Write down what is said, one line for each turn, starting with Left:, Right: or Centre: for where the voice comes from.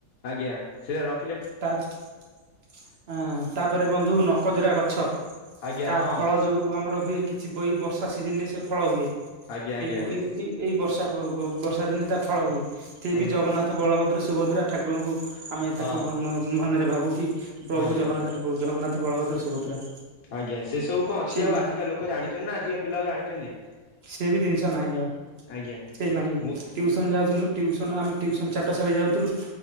Left: ଆଜ୍ଞା, ସେ ରଖ୍
Right: ତାପ୍ ଏ ତାପରେ ବନ୍ଧୁ ନକ ଜରା ଗଛ।
Left: ଆଜ୍ଞା
Right: ତା
Left: ହଁ
Right: ଫଳ ଯୋଉ ଆମର ହୁଏ କିଛି ବଇ ଏ ବର୍ଷା ସିଜନ୍ ରେ ସେ ଫଳ ହୁଏ।
Left: ଆଜ୍ଞା ଆଜ୍ଞା।
Right: ଏଇ ବ ଏଇ ଏଇ ଏଇ ବର୍ଷା ବ ବ ବର୍ଷା ଦିନେ ତା ଫଳ ହୁଏ। ସେ
Left: ଆଜ୍ଞା
Right: ବି ଜଗନ୍ନାଥ, ବଳଭଦ୍ର, ସୁଭଦ୍ରା ଠାକୁରଙ୍କୁ
Left: ହଁ
Right: କୁ ମ ମ ମନରେ ଭାବୁ କି ପ୍ରଭୁ
Left: ଆଜ୍ଞା
Right: ଜଗନ୍ନାଥ ଠାକୁ ଜଗନ୍ନାଥ, ବଳଭଦ୍ର, ସୁଭଦ୍ରା।
Left: ଆଜ୍ଞା, ସେ ସବୁ କ'ଣ ଅଛି
Right: ସେ
Left: ଆଉ
Right: ବି
Left: ଆଜିକା ଲୋକ ଜାଣିଛନ୍ତି ନା ଆଜିକା ପିଲା ଆଉ ଜାଣିଛନ୍ତି।
Right: ସେ ବି ଜିନିଷ ନାହିଁ ଆଉ।
Left: ଆଜ୍ଞା
Right: ସେ ନାହିଁ
Left: ମୁଁ
Right: ଟିଉସନ୍ ଯାଉଥିଲୁ ଟିଉସନ୍ ଆମେ ଟିଉସନ୍ ଚା ଟଶାଳୀ ଯାଉଥିଲୁ